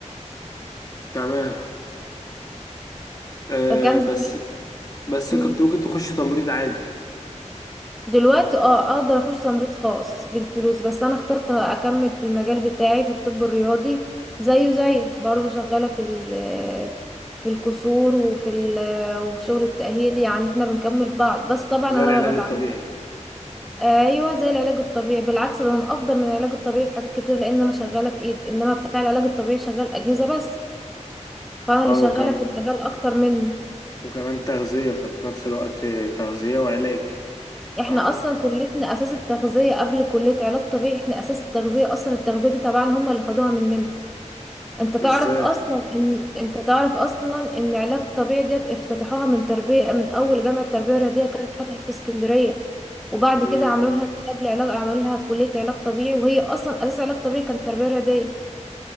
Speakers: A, on the left (about 30°); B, in the centre.
A: تمام آه
B: فكان
A: بس
B: زمان-
A: بس
B: مم.
A: كنت ممكن تخش تمريض عادي
B: دلوقتي اه أقدر أخش تمريض خاص بالفلوس بس أنا اخترت أكمل في المجال بتاعي في الطب الرياضي زيه زيك برضه شغالة في ال في الكسور وفي ال وفي شغل التأهيل يعني احنا بنكمل بعض بس طبعا
A: زي
B: أنا
A: العلاج
B: ما بتعاملش
A: الطبيعي
B: ايوه زي العلاج الطبيعي بالعكس ده انا افضل من العلاج الطبيعي في حاجات كتير لان انا شغاله بايد انما بتاع العلاج الطبيعي شغال اجهزه بس فانا
A: اه
B: اللي شغاله
A: وكم
B: في المجال اكتر منه
A: وكمان تغذية ففي نفس الوقت تغذية وعلاج
B: احنا
A: فاهمة؟
B: اصلا كليتنا اساس التغذيه قبل كليه علاج طبيعي احنا اساس التغذيه اصلا التغذيه دي تبعنا هم اللي خدوها مننا انت تعرف
A: ازاي؟
B: اصلا ان انت تعرف اصلا ان علاج طبيعي ديت افتتحوها من تربيه من اول جامعه تربيه رياضيه كانت اتفتحت في اسكندريه وبعد
A: مم.
B: كده عملوا لها قبل علاج عملوا لها كليه علاج طبيعي وهي اصلا اساس علاج طبيعي كانت تربيه رياضيه